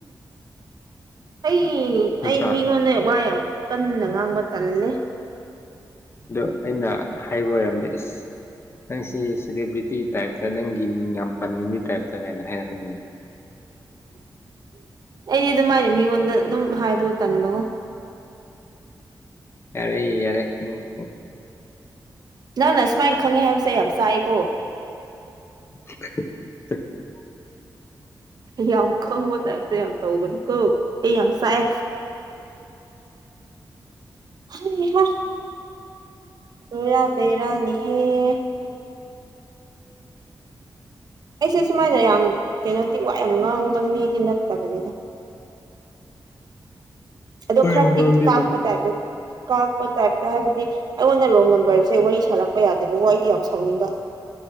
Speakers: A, on the right; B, on the left.
A: ꯑꯩ
B: ꯅꯠꯇ꯭ꯔꯥ
A: ꯑꯩ ꯃꯤꯉꯣꯟꯟꯅ ꯋꯥ ꯀꯟꯅ ꯉꯥꯡꯕ ꯇꯜꯂꯦ
B: ꯑ ꯑꯩꯅ ꯍꯥꯏꯕ ꯑꯣꯏꯔꯝꯗꯦ ꯏꯁꯁ ꯅꯪꯁꯤ ꯁꯦꯂꯦꯕ꯭ꯔꯤꯇꯤ ꯇꯥꯏꯞꯇ ꯅꯪꯒꯤ ꯃꯤꯡ ꯌꯥꯝ ꯄꯟꯅꯤꯡꯕ ꯇꯥꯏꯞꯇ ꯀꯥꯏꯅ ꯍꯥꯏꯔꯛꯄꯅꯤꯅꯦ ꯎꯝ
A: ꯑꯩꯗꯤ ꯑꯗꯨꯃꯥꯏꯅ ꯃꯤꯉꯣꯟꯗ ꯑꯗꯨꯝ ꯍꯥꯏꯕ ꯇꯟꯕꯕꯨꯣ
B: ꯑꯔꯦ ꯌꯥꯔꯦ ꯈꯪꯪ
A: ꯅ ꯅ ꯁꯨꯃꯥꯏꯅ ꯈꯪꯉꯦ ꯍꯥꯏꯕꯁꯦ ꯑꯩ ꯌꯥꯝ ꯆꯥꯏꯀꯣ
B: <inaudible>
A: ꯍꯝ ꯈꯪꯕ ꯇꯥꯏ ꯇꯧ ꯀ ꯑꯩ ꯌꯥꯝ ꯁꯥꯏ ꯍ ꯔꯣꯏꯔꯕꯦꯔꯥꯅꯤꯍꯦꯔ ꯑꯩꯁꯦ ꯁꯨꯃꯥꯏꯅ ꯌꯥꯝ ꯀꯩꯅꯣꯗꯤ ꯋꯥꯏ ꯌꯥꯝ ꯉꯥꯡꯕ ꯃꯤꯗꯤ ꯅꯠꯇ꯭ꯔꯕꯅꯤꯗ ꯑꯗꯣ
B: ꯑꯣꯏꯔꯝ
A: ꯈꯔꯤ
B: ꯉꯝꯗꯦ
A: ꯀꯥꯄ
B: ꯅꯪ
A: ꯇꯥꯏ ꯑꯗꯨꯗꯤ ꯀꯥꯛꯄ ꯇꯥꯏꯞꯇ ꯍꯥꯏꯕꯗꯤ ꯑꯩꯉꯣꯟꯗ ꯔꯣꯡ ꯅꯝꯕꯔꯁꯦ ꯋꯥꯔꯤ ꯁꯥꯔꯛꯄ ꯌꯥꯗꯦꯕ ꯋꯥꯗꯤ ꯌꯥꯝ ꯁꯥꯎꯅꯤꯡꯕ